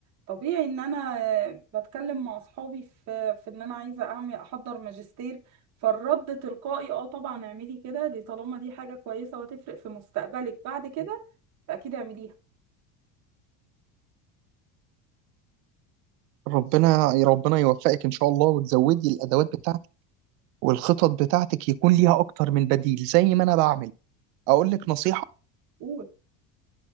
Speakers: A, on the right (about 35°); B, on the right (about 80°).
A: طبيعي إن أنا بتكلم مع أصحابي في في إن أنا عايزة أعمل أحضر ماجستير فالرد تلقائي اه طبعا اعملي كده دي طالما دي حاجة كويسة وهتفرق في مستقبلك بعد كده فأكيد اعمليها
B: ربنا ربنا يوفقك ان شاء الله وتزودي الادوات بتاعتك والخطط بتاعتك يكون ليها اكتر من بديل زي ما انا بعمل اقول لك نصيحه
A: قول